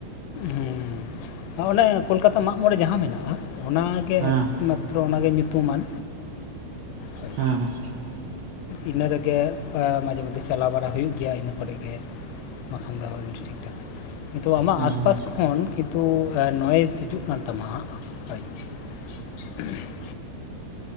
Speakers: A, on the left (about 85°); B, on the right (about 70°).
A: ᱦᱩᱸ ᱚᱱᱮ ᱠᱳᱞᱠᱟᱛᱟ ᱢᱟᱜ ᱢᱚᱬᱮ ᱡᱟᱦᱟᱸ ᱢᱮᱱᱟᱜᱼᱟ ᱚᱱᱟᱜᱮ
B: ᱦᱮᱸ
A: ᱛᱚᱵᱮ ᱚᱱᱟᱜᱮ ᱧᱩᱛᱩᱢᱟᱱ ᱦᱳᱭ
B: ᱦᱩᱸ
A: ᱤᱱᱟᱹ ᱨᱮᱜᱮ ᱟ ᱢᱟᱡᱷᱮ ᱢᱚᱫᱽᱫᱷᱮ ᱪᱟᱞᱟᱣ ᱵᱟᱲᱟ ᱦᱩᱭᱩᱜ ᱜᱮᱭᱟ ᱤᱱᱟᱹ ᱠᱚᱨᱮᱜ ᱜᱮ ᱵᱟᱠᱷᱟᱱ ᱫᱚ <unintelligible> ᱠᱤᱱᱛᱩ ᱟᱢᱟᱜ
B: ᱦᱮᱸ
A: ᱟᱥᱯᱟᱥ ᱠᱷᱚᱱ ᱠᱤᱱᱛᱩ ᱮ ᱱᱚᱭᱮᱥ ᱦᱤᱡᱩᱜ ᱠᱟᱱ ᱛᱟᱢᱟ ᱦᱟᱸᱜ <unintelligible>